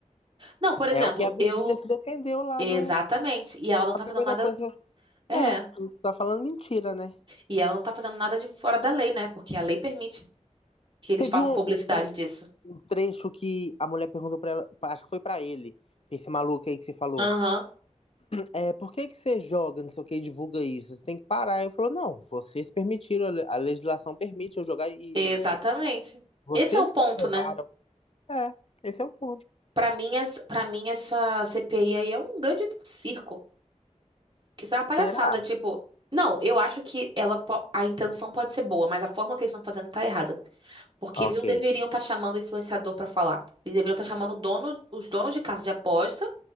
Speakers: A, on the right; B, on the left.
A: Não, por exemplo,
B: É o que a
A: eu.
B: Virgínia se defendeu lá
A: Exatamente.
B: no.
A: E ela não
B: A
A: tá
B: primeira
A: fazendo nada.
B: coisa.
A: É.
B: É, tá falando mentira, né?
A: E ela não tá fazendo nada de fora da lei, né? Porque a lei permite que eles
B: Teve
A: façam
B: um,
A: publicidade
B: um- um
A: disso.
B: um trecho que a mulher perguntou pra ela, acho que foi pra ele, esse maluco aí que você falou.
A: Aham.
B: É, por que que você joga, não sei o que, e divulga isso? Você tem que parar. Ele falou, não, vocês permitiram, a le- a legislação permite eu jogar e.
A: Exatamente.
B: divulgar. Vocês
A: Esse é o ponto,
B: que aprovaram.
A: né?
B: É, esse é o ponto.
A: Pra mim, essa, pra mim, essa CPI aí é um grande circo. Que isso é uma palhaçada.
B: Será?
A: Tipo, não, eu acho que ela, po- a intenção pode ser boa, mas a forma que eles estão fazendo tá errada. Porque
B: Ok.
A: eles não deveriam estar chamando o influenciador pra falar. Eles deveriam estar chamando o dono, os donos de casa de aposta.